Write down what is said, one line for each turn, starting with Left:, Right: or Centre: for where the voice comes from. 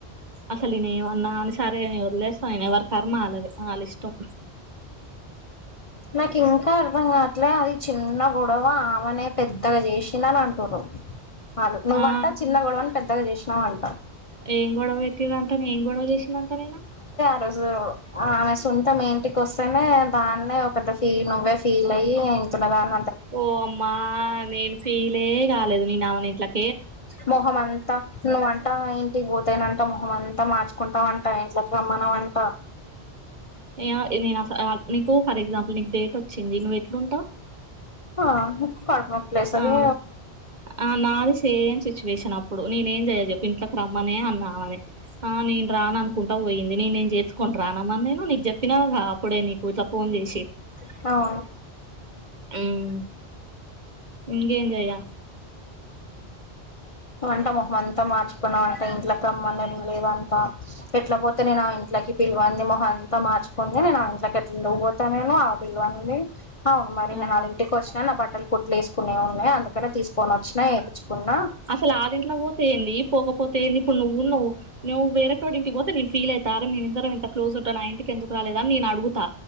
Right: అసలు నేనేమన్నా అని సరే నే వదిలేస్తా నీన్ ఎవరి కర్మ అలాదే ఆలిష్టం
Left: నాకు ఇంకా అర్థం గాట్లే అది చిన్న గొడవ ఆమెనే పెద్దగా చేసిినని అంటు్ర ఆలు నువ్వంటా
Right: ఆ
Left: చిన్న గొడవని పెద్దగా చేచినవంట
Right: ఏం గొడవ పెట్టిరంటుంది ఏం గొడవ చేసినంత నీను
Left: ఓజు ఆమె సొంతం ఇంటికొస్తానే దాన్నే ఒక పెద్ద ఫీన్ నువ్వే ఫీలాయి ఇంత్తునదాని
Right: ఓ అమ్మా నీన్ ఫీలే కాలేదు నేనావన్ ఇంట్లక్
Left: మొహమంతా నువంటాయి కి పోతానంట మొహం అంతా మార్చుకుంటావంట ఇంట్లకి రమ్మనవంట
Right: ఇయ్య నీన్ అసలు ఆ నీకు ఫర్ ఎగ్జాంపుల్ నీకు డేట్ వచ్చింది ఎట్లుంటావ్
Left: ఆ కడుకు ప్లేస్ అది
Right: ఆ ఆ నాది సేమ్ సిచ్యువేషన్ అప్పుడు నేనే ఏం చెయ్యాలె చెప్ప ఇంట్లోకి రమ్మనే అన్నా ఆవ ని ఆ నేను రాను అనుకుంటా పోయింది నే నేను చేతుకోంటని రానమని నేను నీకు చెప్పినా అప్పుడే నీకు ఇట్లా ఫోన్ చేసి
Left: అవు
Right: హ్మ్. ఇంకేం చేయ్య
Left: అంట మొహం అంతా మార్చుకున్నావు అంట ఇంట్లోకి రమ్మం లేదంతా ఎట్లా పోతే నేను ఇంట్ ఇట్లకి పిల్వని మొహంంతా మార్చుకొని నేను ఆ ఇంట్లోకి ఎట్లా ఉండ పోతా నేను ఆ పిల్వని అవునమ్మారి
Right: ఆ
Left: నీన్ అళ్ళింటికొచ్చిన నా బట్టలు కుట్లేసుకొనున్నాయి అందుకనే తీసుకొనొచ్చిన ఏదీ కున్నా
Right: అసలు ఆదింట్లో పోతేఏంది పోకపోతేఎంది ఇప్పుడు నువ్వు ఉన్నావు నువ్ వేరేటోడింటికి పోతే నీన్ ఫీలైత అదే మేమిందరం ఇంత క్లోసుంట్రా నా ఇంటికి ఎందుకు రాలేదని నేన్ అడుగుతా